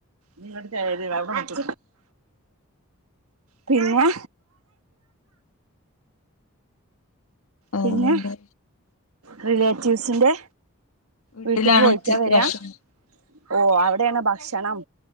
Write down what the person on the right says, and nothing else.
നിങ്ങടെ ചര് അവിടെണ്ട് പിന്നെ പിന്നെ
റിലേ ജ്യൂസിന്റെ
വീട്ട്ക്ക് പോയിറ്റാ
വരാ
ഓ അവിടെയാണ് ബക്ഷണം